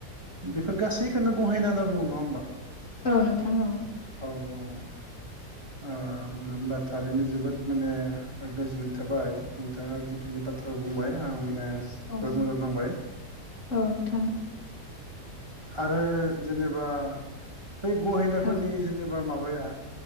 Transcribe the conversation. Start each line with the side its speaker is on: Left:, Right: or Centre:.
Right: बेफोर गासैखौननो गहायना होनना बुङो नङा होमबा?
Left: औ नोंथां औ
Right: औ औ आ होनबा थारैनो जोबोद माने गोजोननाय थाबाय नोंथाङा जिखिनि बाथ्रा बुंबाय आं माने जबोद
Left: औ।
Right: मोजां नांबाय
Left: औ नोंथां
Right: आरो जेनेबा बै गहेनाफोरनि
Left: औ।
Right: जेनेबा माबाया